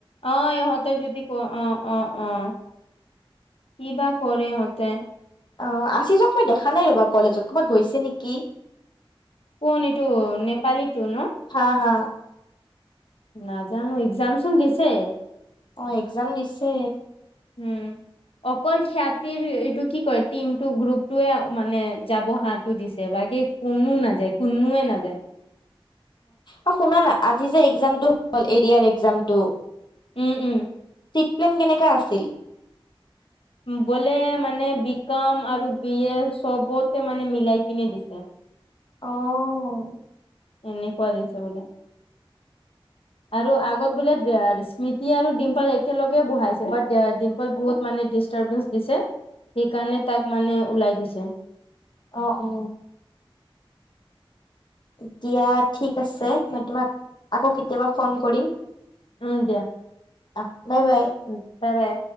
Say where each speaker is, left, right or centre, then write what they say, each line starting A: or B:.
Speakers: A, on the left; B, on the left.
A: অহ ইহঁতে যদি ক অ অ অ কি বা কৰে ইহঁতে?
B: অ আচিচক মই দেখা নাই ৰবা কলেজত, কবাত গৈছে নেকি!
A: কোন এইটো নেপালীটো ন?
B: চা হা
A: নাজানো এক্জাম চোন দিছে।
B: অ এক্জাম দিছে।
A: উম। অকল খ্যাতিৰ এইটো কি কয় টিমটো গ্ৰুপটোৱে মানে যাব হাটো দিছে বাকী কোন্নো নাযায় কোন্নোয়ে নাযায়।
B: অ শুনা না আজি যে এক্জামটো হল এৰিয়াৰ এক্জামটো
A: উম উম।
B: চিট প্লেন কেনেকা আছিল?
A: বোলে মানে বি কম আৰু বি এ চবতে মানে মিলাই কিনে দিছে।
B: অ'।
A: এনেকুৱা দিছে বোলে।
B: <inaudible>
A: আৰু আগত বোলে ড ৰ স্মৃতি আৰু ডিম্পল একেলগে বহাইছে বাট ডিম্পল বহুত মানে ডিচ টাৰ্বেঞ্চ দিছে সেইকাৰণে তাক মানে ওলাই দিছে।
B: অ অ। এতিয়া ঠিক আছে মই তোমাক আকৌ কেতিয়াবা ফোন কৰিম।
A: উম দিয়া,
B: আহ বাই বাই।
A: উম বাই বাই।